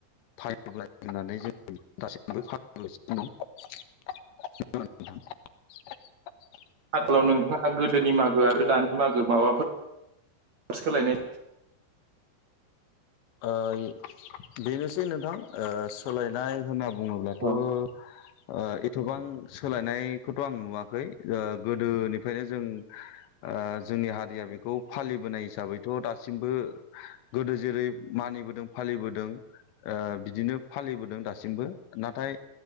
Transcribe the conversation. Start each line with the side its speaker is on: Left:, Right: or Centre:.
Left: फाय <unintelligible> <inaudible> <unintelligible> <inaudible>
Right: <unintelligible> नोंथाङा गोदोनि मागो आरो दानि मागो माबाफोर सोलायनाय
Left: ओइ बेनोसै नोंथां ओ सोलायनाय होनना ब बुङोब्लाथ'
Right: औ
Left: ओ एथबां सोलायनायखौथ' आं नुवाखै ओ गोदोनिफ्रायनो जों ओ जोंनि हारिया बेखौ फालिबोनाय हिसाबैथ' दासिमबो गोदो जेरै मानिबोदों फालिबोदों ओ बिदिनो फालिबोदों दासिमबो नाथाय